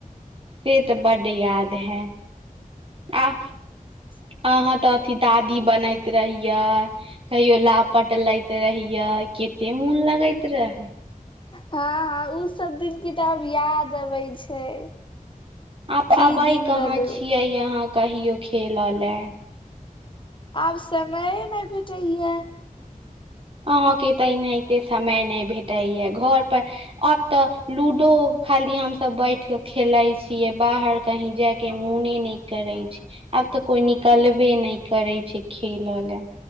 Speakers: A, on the right (about 40°); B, on the left (about 35°).
A: से तऽ बड्ड याद हैं, आ
B: सा
A: अहाँ तऽ अथी दादी बनैत रहियै, कहियो लापट लै रहियै, केते मोन लगैत रहेै।
B: हँ हँ, उ सब दिन के तऽ, आब याद अबै छै।
A: आब
B: की
A: अबै
B: दिन
A: कहाँ
B: रहलै
A: छियै
B: उ
A: अहाँ, कहियो खेलऽ लए?
B: आब समइए नै भेटैया।
A: अहाँके तऽ एनाहिते, समय नै भेटैए, घर पर आब तऽ, लूडो खाली हम तब बैठ के खेलाय छीऐ, बाहर कही जाय के मोने नै करेै छै, आब तऽ कोई नि कलबे नै करै छै खेलऽ लए।